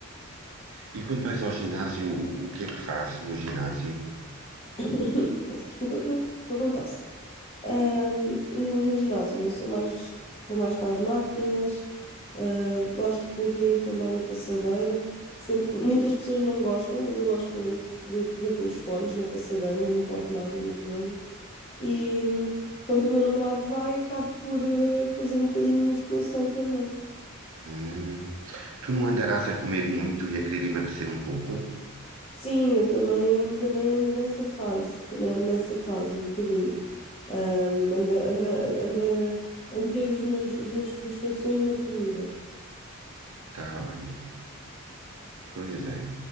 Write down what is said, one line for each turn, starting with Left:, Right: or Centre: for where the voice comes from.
Right: E quando vais ao ginásio, o que é que fazes no ginásio?
Left: <coughs> Peço desculpa que eu estou com tosse. Ahm, no, no ginásio, eu sou mais, vou mais para as máquinas, ah, gosto de correr também na passadeira, sendo que muitas pessoas não gostam, mas eu gosto muito de correr com os fones na passadeira, não me importo nada no ginásio. E hum, quando o meu namorado vai, acabo por eh, fazer um bocadinho de musculação também.
Right: Hum, tu não andarás a comer muito e a querer emagrecer um pouco?
Left: Sim, eu também, também ando nessa fase, também ando nessa fase um bocadinho. Ahm, anda, anda, anda a meter os meus, as minhas frustrações na comida.
Right: Tá bem. Pois é.